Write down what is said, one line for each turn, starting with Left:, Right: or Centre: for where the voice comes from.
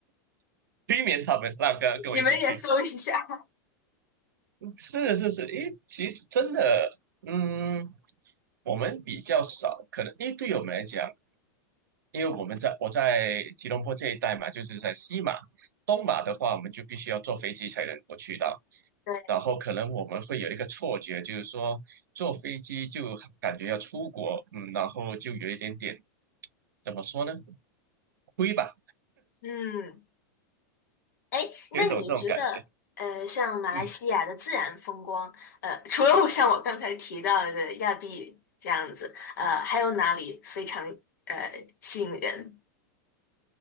Right: <laughs> 避免他们让跟跟我一起去。
Left: 你们也搜一下。
Right: 是是是，诶，其实真的，嗯，我们比较少，可能因为对我们来讲，因为我们在我在吉隆坡这一带嘛，就是在西马、东马的话，我们就必须要坐飞机才能够去到。
Left: 对，
Right: 然后可能我们会有一个错觉，就是说坐飞机就感觉要出国，嗯，然后就有一点点怎么说呢，亏吧，
Left: 嗯，哎，
Right: 有一种这种感觉，
Left: 那你觉得，呃，像马来西亚的自然风光，
Right: 嗯。
Left: 呃，除了我像我刚才提到的亚庇这样子，呃，还有哪里非常呃吸引人？